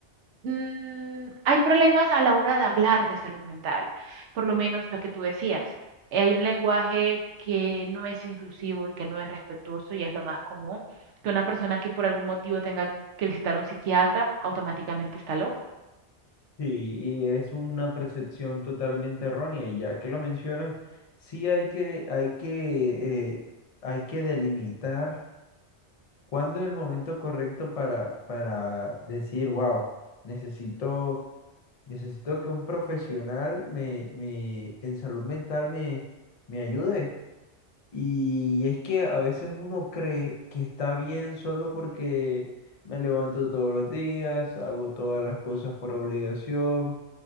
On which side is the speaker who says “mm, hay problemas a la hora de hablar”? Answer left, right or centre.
Right